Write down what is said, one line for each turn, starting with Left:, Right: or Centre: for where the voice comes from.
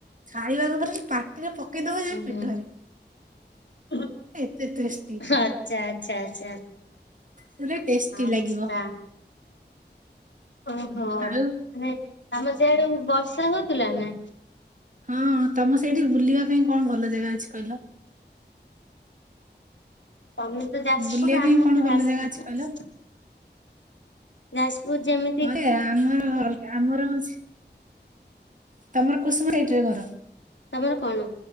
Right: ଖାଇବାକୁ <unintelligible> ପାଟିରେ ପକେଇଦବ ଜେ
Left: ଉଁ ହୁଁ
Right: ପେଟରେ
Left: <unintelligible>
Right: ଏତେ ଟେଷ୍ଟି
Left: ଆଚ୍ଛା ଆଚ୍ଛା ଆଚ୍ଛା।
Right: ପୁଲେ ଟେଷ୍ଟି
Left: ଆଚ୍ଛା
Right: ଲାଗିବ।
Left: ଆଚ୍ଛା ଓହୋ! ମାନେ
Right: ଆଉ
Left: <unintelligible> ସିଆଡୁ ବର୍ଷା ହଉଥିଲା ନା?
Right: ହଁ, ତମ ସେଇଠି ବୁଲିବା ପାଇଁ କଣ ଭଲ ଜାଗା ଅଛି କହିଲ?
Left: ତମେ ତ ଯାଜପୁର
Right: ବୁଲିବା ପାଇଁ
Left: ଆମେ
Right: କଣ
Left: ତ
Right: ଭଲ
Left: <unintelligible>
Right: ଜାଗା ଅଛି କହିଲ
Left: ଯାସପୁର ଯେମି
Right: ହଁ ଏ, ଆମର ଅଲଗା ଆମର <unintelligible> ତମର କୁସୁମ ସାଇଟରେ ଘର।
Left: ତମର କଣ